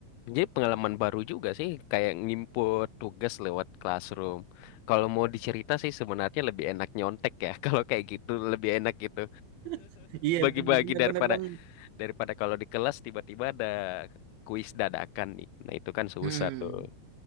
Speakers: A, on the left; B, on the right.
A: jadi pengalaman baru juga sih kayak ngimput tugas lewat Classroom kalau mau dicerita sih sebenarnya lebih enak nyontek ya <laughs> kalau kayak gitu lebih enak gitu
B: <laughs> Iya
A: bagi-bagi
B: bener-bener
A: daripada
B: bener banget.
A: daripada kalau di kelas tiba-tiba ada kuis dadakan nih nah itu kan susah
B: Hmm.
A: tuh